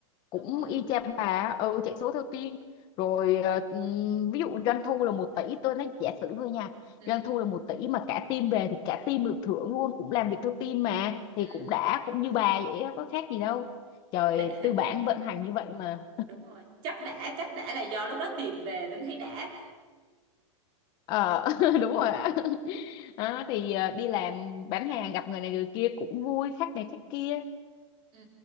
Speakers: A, on the left; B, on the right.
A: cũng
B: đúng rồi
A: y chang bà á, ừ chạy số theo team rồi ờ, ừm, ví dụ doanh thu là một tỷ tôi nói giả sử thôi nha
B: ừ
A: doanh thu là một tỷ mà cả team về thì cả team được thưởng luôn cũng làm việc theo team mà
B: ừ
A: thì cũng đã cũng như bà vậy á, có khác gì
B: ừ.
A: đâu trời
B: đã
A: tư bản vận hành như vậy mà
B: <laughs> đúng rồi chắc đã chắc đã là do lúc đó tiền về nên thấy đã
A: Ờ, <laughs> đúng rồi ạ <laughs> Đó, thì ờ, đi làm bán hàng gặp người này người kia cũng vui khách này khách kia
B: ừ.